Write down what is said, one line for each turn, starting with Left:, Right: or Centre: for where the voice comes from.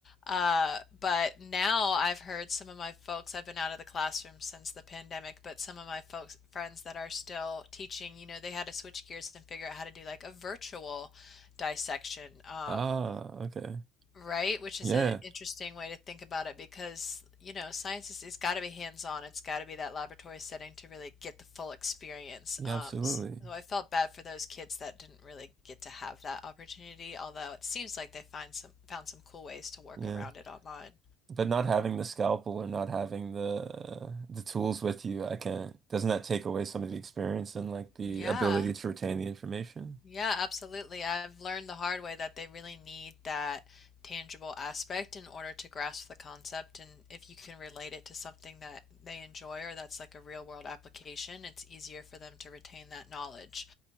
Left: Uh, but now I've heard some of my folks, I've been out of the classroom since the pandemic, but some of my folks, friends that are still teaching, you know, they had to switch gears and figure out how to do like a virtual dissection. Um,
Right: Ah, okay.
Left: Right, which
Right: Yeah,
Left: is an interesting way to think about it because, you know, science is it's got to be hands-on. It's got to be that laboratory setting to really get the full experience.
Right: yeah,
Left: Um,
Right: absolutely.
Left: s- so I felt bad for those kids that didn't really get to have that opportunity, although it seems like they find some found some cool ways to work
Right: Yeah.
Left: around it online.
Right: But not having the scalpel or not having the uh, the tools with you, I can't. Doesn't that take away some of the experience and like the
Left: Yeah.
Right: ability to retain the information?
Left: Yeah, absolutely. I've learned the hard way that they really need that tangible aspect in order to grasp the concept. And if you can relate it to something that they enjoy or that's like a real world application, it's easier for them to retain that knowledge.